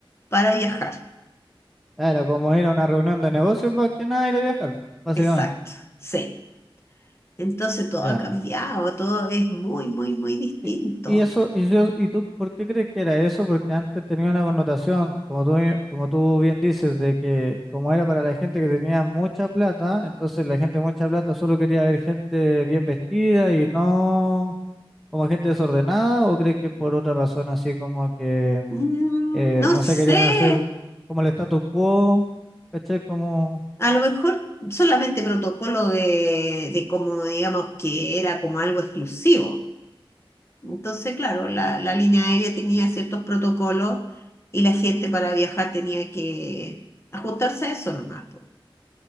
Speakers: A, on the left; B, in the centre.
A: para viajar.
B: Ah, Era como ir a una reunión de negocios más que nada ir a viajar, básicamente.
A: Exacto. Sí. Entonces todo
B: Ya.
A: ha cambiado, todo es muy, muy, muy distinto.
B: Y, y eso, y yo, ¿y tú por qué crees que era eso? Porque antes tenía una connotación, como tú, bien- como tú bien dices, de que como era para la gente que tenía mucha plata, entonces la gente de mucha plata solo quería ver gente bien vestida y no como gente desordenada, ¿o crees que por otra razón así como que
A: Mm,
B: eh,
A: no
B: no se
A: sé,
B: querían hacer como el status quo? ¿Cachai? Como
A: a lo mejor solamente protocolo de, de como digamos que era como algo exclusivo. Entonces, claro, la, la línea aérea tenía ciertos protocolos y la gente para viajar tenía que ajustarse a eso nomás. po.